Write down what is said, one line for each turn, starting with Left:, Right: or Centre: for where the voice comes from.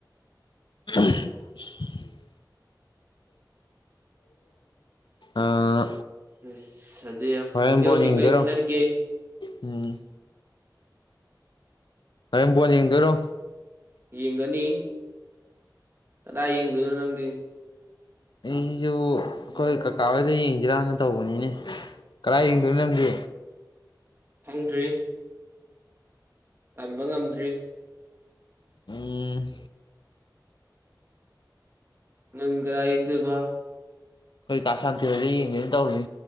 Left: <unintelligible> ꯑꯥ
Right: ꯑꯗꯝꯁ ꯑꯗꯤ
Left: ꯍꯣꯔꯦꯟ
Right: ꯍꯧꯖꯤꯛ
Left: ꯕꯣꯜ
Right: ꯍꯧꯖꯤꯛ
Left: ꯌꯦꯡꯗꯣꯏꯔꯣ
Right: ꯀꯔꯤ ꯍꯣꯠꯅꯔꯤꯒꯦ
Left: ꯎꯝ ꯍꯣꯔꯦꯟ ꯕꯣꯜ ꯌꯦꯡꯗꯣꯏꯔꯣ
Right: ꯌꯦꯡꯒꯅꯤ ꯀꯗꯥꯏ ꯌꯦꯡꯗꯣꯏꯅꯣ ꯅꯪꯗꯤ
Left: ꯑꯩꯖꯨ ꯑꯈꯣꯏ ꯀꯀꯥ ꯍꯣꯏꯗ ꯌꯦꯡꯖꯤꯔꯥꯅ ꯇꯧꯕꯅꯤꯅꯦ ꯀꯗꯥꯏ
Right: ꯑꯣ
Left: ꯌꯦꯡꯗꯣꯏꯅꯣ ꯅꯪꯗꯤ
Right: ꯈꯪꯗ꯭ꯔꯤ ꯇꯝꯕ ꯉꯝꯗ꯭ꯔꯤ
Left: ꯎꯝ
Right: ꯅꯪ ꯀꯗꯥꯏ ꯌꯦꯡꯗꯣꯏꯕ
Left: ꯑꯈꯣꯏ ꯀꯥꯥ ꯁꯥꯟꯇꯤ ꯍꯣꯏꯗ ꯌꯦꯡꯒꯦꯅ ꯇꯧꯔꯤ